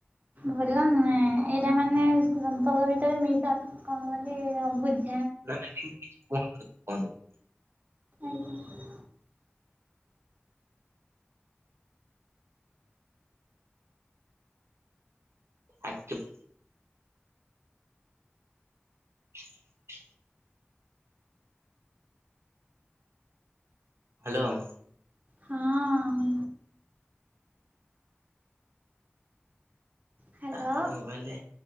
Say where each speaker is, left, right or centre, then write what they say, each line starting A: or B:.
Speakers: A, on the right; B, on the right.
A: ଭଲ ନୁହେଁ ଏଇଟା ମାନେ ସମ୍ପର୍କ ଭିତରେ ମିଶ ଅ କଣ କୁହନ୍ତି ବୁଛି
B: ନାନ୍ତୁ <unintelligible>
A: ଆଜ୍ଞା।
B: ଆ ଚୁପ୍। ହ ହ୍ୟାଲୋ!
A: ହଁ। ହ୍ୟାଲୋ
B: ତାପରେ ମୁଁ କହିଲି